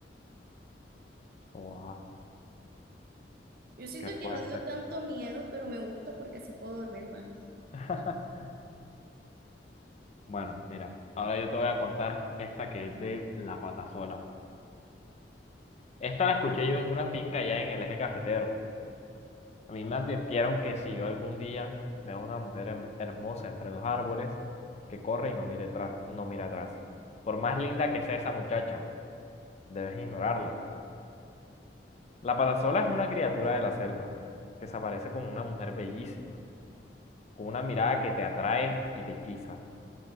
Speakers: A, on the left; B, on the right.
A: Wow,
B: Yo siento
A: qué
B: que
A: fuerte.
B: no dio tanto miedo, pero me gusta porque así puedo dormir más.
A: <laughs> Bueno, mira, ahora yo te voy a contar esta que es de la patasola. Esta la escuché yo en una finca allá en el eje cafetero. A mí me advirtieron que si yo algún día veo a una mujer hem- hermosa entre los árboles, que corre y no mire atrás, no mira atrás. Por más linda que sea esa muchacha, debes ignorarla. La patasola es una criatura de la selva, que se aparece como una mujer bellísima, con una mirada que te atrae y te hechiza.